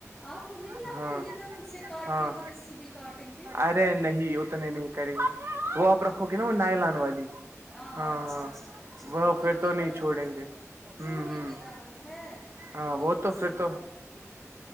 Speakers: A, in the centre; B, on the right.
A: آپ کو نہیں لگتا
B: ہاں
A: یہ دھان سے کاٹ
B: ہاں
A: کے وہ رسی بھی کاٹیں گے
B: ارے نہیں اتنے نہیں کریں گے
A: ہاں
B: وہ آپ رکھو گے نا وہ نائلان والی <inaudible>
A: اچھا
B: ہاں ہاں
A: ٹھیک
B: وہ پھر
A: ان
B: تو
A: کے
B: نہیں
A: دو
B: چھوڑیں گے ہوں
A: چوہے
B: ہوں
A: کے دانت ہے
B: ہاں
A: یہ
B: وہ تو
A: رسی
B: پھر
A: بھی
B: تو
A: کاٹیں گے